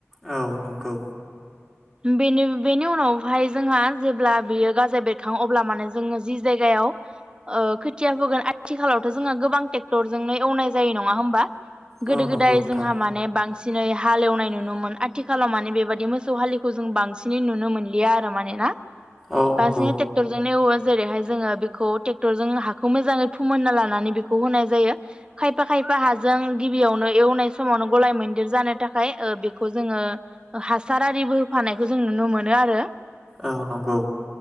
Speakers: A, in the centre; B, on the right.
A: औ नंगौ।
B: बेनि बेनि उनावहाय जोंहा जेब्ला बियो गाजा बेरखांयो अब्ला माने जोङो जि जायगायाव ओ खोथिया फोगोन आथिखालावथ' जोंहा गोबां ट्रेक्टरजोंनो एवनाय जायो नङा होमबा? गोदो
A: औ नंगौ
B: गोदाय
A: नोंथां।
B: जोंहा माने बां सिनै हालेवनाय नुनोमोन। आथिखालाव माने बेबायदि मोसौ हालिखौ जों बांसिनै नुनो मोनलिया आरो माने ना?
A: औ नंगौ।
B: बांसिनै टेक्टरजोंनो एवो जेरैहाय जोङो बे खौ ट्रेक्टर जों हाखौ मोजाङै फोमोनना लानानै बेखौ होनाय जायो। खायफा खायफा हाजों गिबियावनो एवनाय समावनो गलाय मैन्दिर जानो थाखाय ओ बेखौ जोङो हासार आरिबो होफानायखौ जों नुनो मोनो आरो।
A: औ नंगौ।